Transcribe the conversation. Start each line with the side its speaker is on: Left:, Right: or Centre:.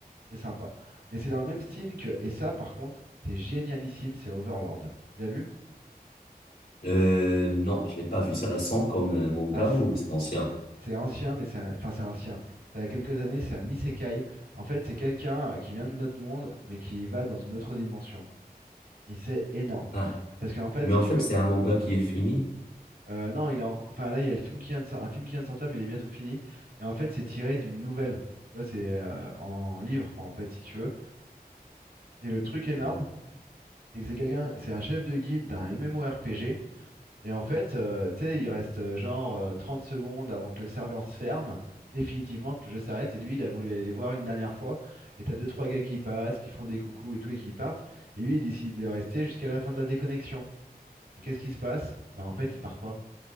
Right: C'est sympa. Mais c'est dans le même style que... Et ça, par contre, c'est génialissime, c'est Overlord. Tu l'as vu?
Left: Euh, non, je l'ai pas vu. C'est récent comme euh, manga
Right: Ah, c'est
Left: ou c'est ancien?
Right: C'est ancien, mais c'est un- enfin c'est ancien. Ça a quelques années, c'est un isekai. En fait, c'est quelqu'un euh, qui vient de notre monde, mais qui va dans une autre dimension. Et c'est énorme.
Left: Ah,
Right: Parce qu'en fait,
Left: mais
Right: si
Left: en
Right: tu
Left: fait,
Right: veux,
Left: c'est un manga qui est fini.
Right: euh, non, il est en cou- enfin là, il y a le film qui vient de sor- un film qui vient de sortir, mais il est bientôt fini. Et en fait, c'est tiré d'une nouvelle. Tu vois, c'est euh, en livre, quoi, en fait, si tu veux. Et le truc énorme,
Left: Mhm.
Right: c'est que c'est quelqu'un, c'est un chef de guilde d'un MMORPG Et en fait, euh, tu sais, il reste euh, genre euh, 30 secondes avant que le serveur se ferme, définitivement que le jeu s'arrête. Et lui, il a voulu aller les voir une dernière fois. Et t'as deux, trois gars qui passent, qui font des coucous et tout, et qui partent. Et lui, il décide de rester jusqu'à la fin de la déconnexion. Et qu'est-ce qui se passe? Bah en fait, il part pas.